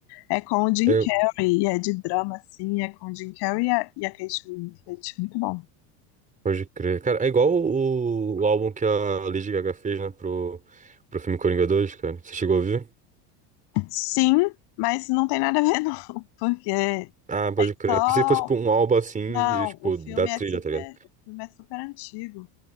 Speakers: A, on the left; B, on the right.
A: É com o Jim
B: É,
A: Carrey, e é de drama, assim, é com o Jim Carrey e a, e a Kate Winslet, muito bom.
B: Pode crer. Cara, é igual o, o álbum que a Lady Gaga fez, né, pro, pro filme Coringa dois, cara. Você chegou a ouvir?
A: Sim, mas não tem nada a ver <laughs> não, porque
B: Ah, pode crer.
A: só...
B: Pensei que fosse tipo, um álbum assim,
A: Não,
B: de, tipo,
A: o filme
B: da trilha,
A: é super,
B: tá ligado?
A: o filme é super antigo.